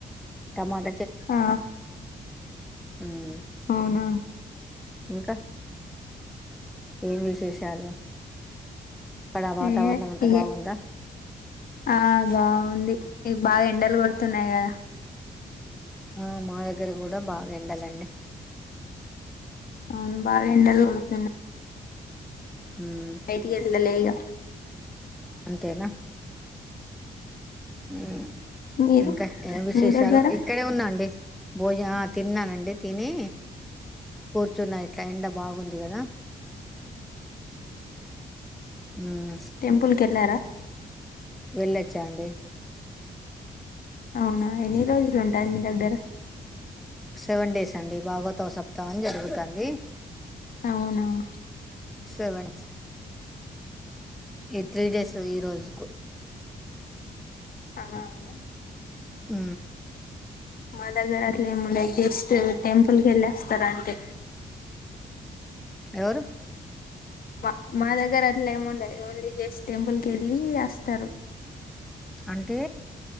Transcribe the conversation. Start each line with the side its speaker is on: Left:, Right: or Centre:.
Centre: టమాట
Left: ఆ
Centre: ఉమ్
Left: అవునా
Centre: ఇంకా ఏం విశేషాలు అక్కడ వాతావరణం
Left: ఏ
Centre: ఎంత
Left: ఇ
Centre: బాగుందా
Left: ఆ బాగుంది ఇక బాగా ఎండలు కొడుతున్నాయి కదా
Centre: ఆ మా దగ్గర కూడా బాగా ఎండలండి
Left: అవును బాగా ఎండలు కోడుతున్నాయి
Centre: ఉమ్
Left: బటికి లేగా
Centre: అంతేనా అ
Left: మీరు
Centre: ఇంకా ఏం విశేషాలు
Left: మీ దగ్గర
Centre: ఇక్కడే ఉన్నాండి భోజన తిన్నానండి తిని కూర్ కూచున్న ఇట్లా ఎండ బాగుంది కదా మ్మ్
Left: టెంపుల్ కెళ్ళార
Centre: వెళ్ళొచ్చా అండి
Left: అవునా ఎన్ని రోజులు ఉంటాయి మీ దగ్గర
Centre: సెవెన్ డేస్ అండి భాగవత సప్తావం జరుగుతాంది
Left: అవునవును
Centre: సెవెన్స ఈ త్రీ డేస్ ఈ రోజుకు
Left: అనలా
Centre: ఊ
Left: మా దగ్గర అట్లేం ఉండయి జస్ట్ టెంపుల్ కి ఎల్లి అస్తారు అంతే
Centre: ఎవరూ
Left: మ మా దగ్గర అట్లా ఏముండదు ఓన్లీ జెస్ట్ టెంపుల్ కి వెళ్ళి అస్తారు
Centre: అంటే